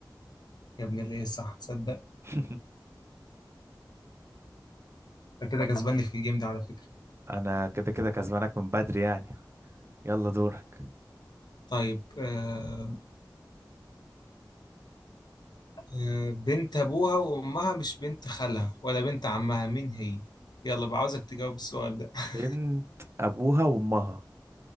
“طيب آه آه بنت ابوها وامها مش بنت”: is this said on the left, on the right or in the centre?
Left